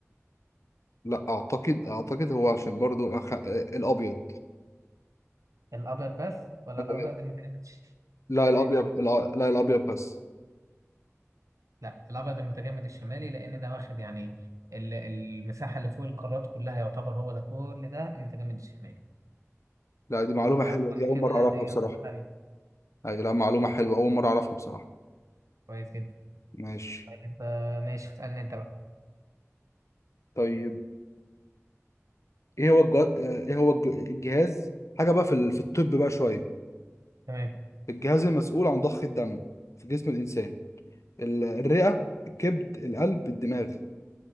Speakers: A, on the left (about 65°); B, on the right (about 80°).
A: لا اعتقد اعتقد هو عشان برضو أخ... آه، الابيض
B: الابيض بس ولا
A: الأبيض.
B: الابيض المتجمد
A: لا
B: الشمالي
A: الابيض الع- لا الابيض بس
B: لا الابيض المتجمد الشمالي لان ده واخد يعني ال- المساحه اللي فوق القارات كلها يعتبر هو ده كل ده المتجمد الشمالي
A: لا دي معلومة
B: فاظن
A: حلوة دي اول
B: كده
A: مرة اعرفها
B: ليا
A: بصراحة
B: نقطه ثانيه
A: اي لا معلومة حلوة اول مرة اعرفها بصراحة
B: كويس جدا
A: ماشي
B: طيب آه، ماشي اسالني انت بقى
A: طيب ايه هو الج... ايه هو الج... الجهاز حاجه بقى في ال... في الطب بقى شويه
B: تمام
A: الجهاز المسؤول عن ضخ الدم في جسم الانسان ال... الرئه الكبد القلب الدماغ